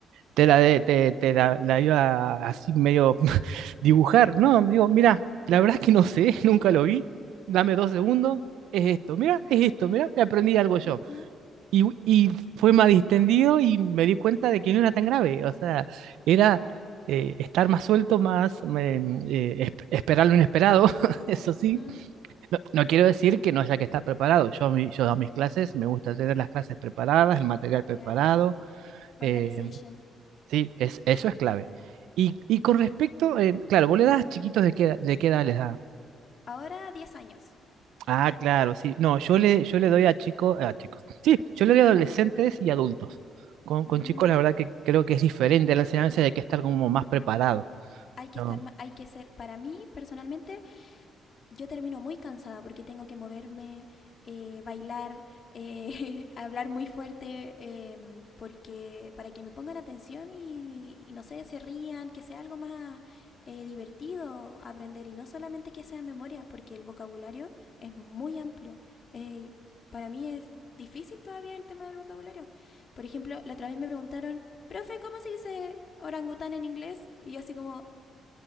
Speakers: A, on the right; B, on the left.
A: te la, de- te, te la, la iba así medio Dibujar, no, digo, mira, la verdad es que no sé, <laughs> nunca lo vi, dame dos segundos, es esto, mira, es esto, mira, y aprendí algo yo.
B: Ujú,
A: Y, y fue más distendido y me di cuenta de que no era tan grave, o sea, era
B: Claro.
A: eh, estar más suelto, más eh, eh, esp- esperar lo inesperado, <laughs> eso sí.
B: ujú.
A: No, no quiero decir que no haya que estar preparado, yo, a mi- yo a mis clases me gusta tener las clases preparadas, el material preparado
B: Claro. Organization.
A: eh, Sí, es, eso es clave. Y, y con respecto, eh, claro, vos le das chiquitos de qué, de qué edad les da.
B: Ahora diez años.
A: Ah, claro, sí. No, yo le, yo le doy a chicos, a chicos. Sí, yo le doy a adolescentes y adultos. Con, con
B: Mm,
A: chicos, la verdad que creo que es diferente la enseñanza, hay que estar como más preparado,
B: hay que
A: ¿no?
B: estar, ma- hay que ser, para mí personalmente, yo termino muy cansada porque tengo que moverme, eh, bailar, eh, <laughs> hablar muy fuerte, eh, porque para que me pongan atención y, y no sé, se rían, que sea algo más eh, divertido aprender y no solamente que sea memoria, porque el vocabulario es muy amplio. Eh, para mí es difícil todavía el tema del vocabulario. Por ejemplo, la otra vez me preguntaron, profe, ¿cómo se dice orangután en inglés? Y yo así como,